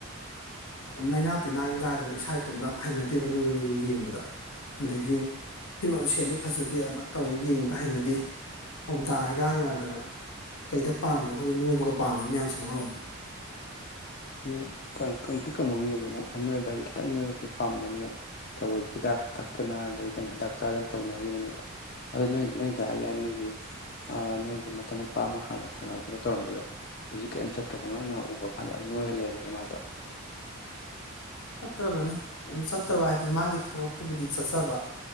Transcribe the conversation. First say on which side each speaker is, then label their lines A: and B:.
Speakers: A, on the left; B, on the left.
A: ꯑ ꯅꯩꯏꯅꯥ ꯇꯤꯟꯅꯥꯒꯤꯗꯤ ꯂꯥꯏꯔꯗꯅ ꯏꯁꯥ ꯏꯇꯣꯝꯗ ꯑꯝ ꯍꯩꯅꯗꯦꯕ ꯅꯣꯏꯕꯖꯦ ꯌꯦꯡꯕꯗ ꯑꯗꯒꯤ ꯐꯤꯔꯣꯜ ꯁꯦꯠꯂꯦ ꯐꯖꯗꯦ ꯑꯃ ꯇꯧꯔꯦ ꯌꯦꯡꯕꯗ ꯍꯩꯅꯗꯦ ꯄꯣꯝꯗꯥ ꯍꯩꯗꯥꯅꯔꯗꯅ ꯀꯩꯗ ꯄꯥꯃꯤꯅꯣ ꯈꯪꯗꯦ ꯅꯣꯏꯕꯒ ꯄꯥꯝꯃꯤ ꯃꯌꯥꯝꯁꯤꯅ ꯃꯔꯣꯝꯃ <unintelligible>
B: ꯃꯤ ꯀꯪ ꯀꯪꯇ꯭ꯔꯤꯛ ꯀꯪꯕ ꯃꯤꯅꯗꯤ ꯑꯃꯨꯛ ꯑꯅꯣꯏꯕ ꯍꯥꯏꯗꯤ ꯈꯤꯇꯪ ꯅꯣꯏꯕ ꯄꯥꯝꯅꯩ ꯑꯗꯨꯅ ꯊꯋꯣꯏꯒꯤ ꯍꯤꯗꯥꯛ ꯊꯛꯇꯅ ꯑꯗꯩ ꯀꯩꯅꯣ ꯍꯤꯗꯥꯛ ꯆꯥꯗꯅ ꯇꯧꯅꯔꯤꯕꯅꯦꯕ ꯑꯗꯨ ꯅꯣꯏ ꯅꯣꯏꯗꯥ ꯌꯥꯏꯃꯒꯤ ꯑꯥ ꯅꯣꯏꯒꯤ ꯃꯆꯥꯅꯨꯄꯥ ꯑꯃ ꯍꯥꯟꯅ ꯁꯥꯟꯅꯕ ꯈꯣꯠꯄ ꯇꯧꯔꯝꯕꯗꯣ ꯍꯧꯖꯤꯛ ꯀꯩꯝ ꯆꯠꯇ꯭ꯔꯕꯣ ꯉꯥꯔꯥꯡ ꯅꯍꯥꯟ ꯎꯕ ꯀꯥꯟꯗ ꯌꯥꯝ ꯅꯣꯏ ꯂꯩꯔꯝꯃꯦꯅꯦ ꯃꯥꯗꯣ
A: ꯆꯠꯇ꯭ꯔꯕꯅꯦ ꯑꯗꯨ ꯆꯠꯇ꯭ꯔꯕ ꯍꯥꯏꯗꯤ ꯃꯥꯒꯤ ꯊꯕꯛꯇꯨꯕꯨꯗꯤ ꯆꯠꯆꯕ